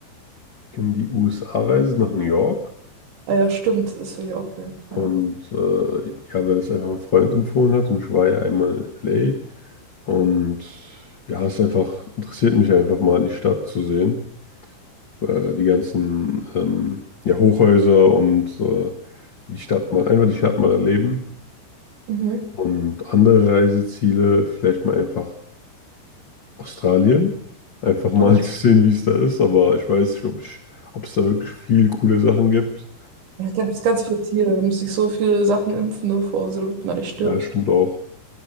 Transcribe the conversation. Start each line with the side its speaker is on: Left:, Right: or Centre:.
Left: in die USA reisen, nach New York.
Right: Ah ja, stimmt, das würde ich auch gerne,
Left: Und
Right: ja.
Left: äh, ja, weil es einfach ein Freund empfohlen hat und ich war ja einmal in LA. Und ja, es einfach interessiert mich einfach mal, die Stadt zu sehen. Äh, die ganzen ähm, ja, Hochhäuser und äh, die Stadt mal, einfach die Stadt mal erleben.
Right: Mhm.
Left: Und andere Reiseziele, vielleicht mal einfach Australien. Einfach mal
Right: Oh,
Left: <laughs> zu sehen, wie es da ist. Aber ich weiß nicht, ob ich, ob es da wirklich viel coole Sachen gibt.
Right: ja, ganz, ganz viele Tiere, man muss sich so viele Sachen impfen davor, so damit man da nicht stirbt.
Left: Ja, stimmt auch.